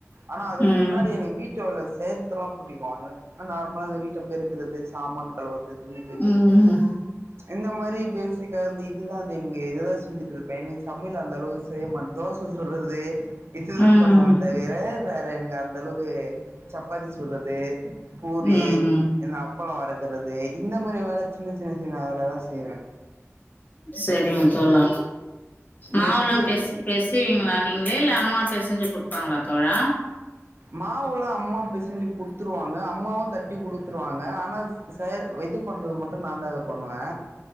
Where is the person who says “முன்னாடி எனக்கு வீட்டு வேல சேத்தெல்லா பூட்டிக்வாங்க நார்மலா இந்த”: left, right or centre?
Right